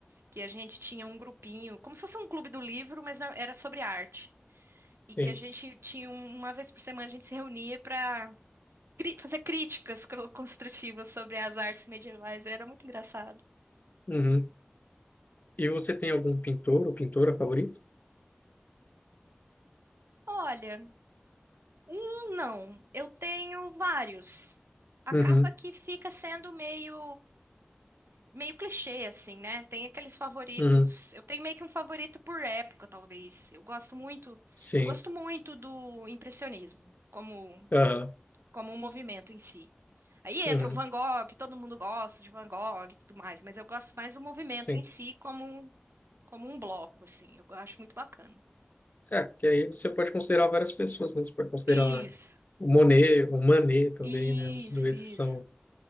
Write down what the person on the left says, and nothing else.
sim.
Uhum. E você tem algum pintor ou pintora favorito?
Uhum,
uhum,
sim.
Aham,
uhum,
sim.
É, porque aí você pode considerar várias pessoas, né? Você pode considerar
o Monet, o Manet também,
né? Os dois
que são